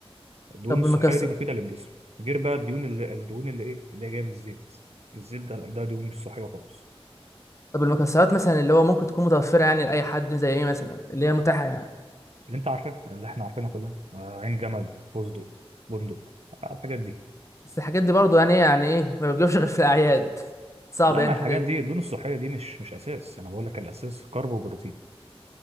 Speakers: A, on the right (about 85°); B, on the left (about 30°).
A: الدهون
B: طب
A: الصحيه
B: المكسر
A: دي مفيده للجسم غير بقى الدهون اللي الدهون اللي ايه اللي هي جايه من الزيت الزيت ده ده دهون مش صحيه خالص
B: طب المكسرات مثلا اللي هو ممكن تكون متوفره يعني لاي حد زي ايه مثلا اللي هي متاحه يعني
A: اللي انت عارفاه اللي احنا عارفينها كلها آه، عين جمل فستق بندق آه، الحاجات دي
B: بس الحاجات دي برضو يعني ايه يعني ايه ما بتجيبش غير في الاعياد <laughs> صعب
A: لا
B: يعني
A: ما الحاجات
B: حد يكون
A: دي الدهون الصحيه دي مش مش اساس انا بقول لك الاساس كارب وبروتين